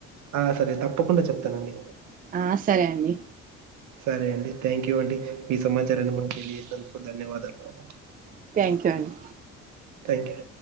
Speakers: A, on the right; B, on the right.
A: ఆ సరే తప్పకుండా చెప్తానండి
B: ఆ సరే అండి
A: సరే అండి థ్యాంక్ యూ అండి మీ సమాచారాన్ని మాకు తెలియజేసినందుకు ధన్యవాదాలు
B: థ్యాంక్ యూ అండి
A: థ్యాంక్ యూ